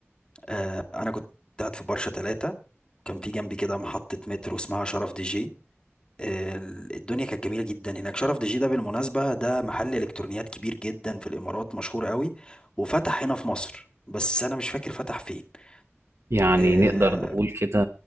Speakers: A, on the left; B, on the right.
A: آه، انا كنت قاعد في برشا ثلاثة وكان في جنبي كده محطة مترو اسمها شرف دي جي آه، الدنيا كانت جميلة جدا هناك شرف دي جي ده بالمناسبة ده محل الكترونيات كبير جدا في الامارات مشهور قوي وفتح هنا في مصر بس انا مش فاكر فتح فين
B: يعني
A: آه،
B: نقدر نقول كده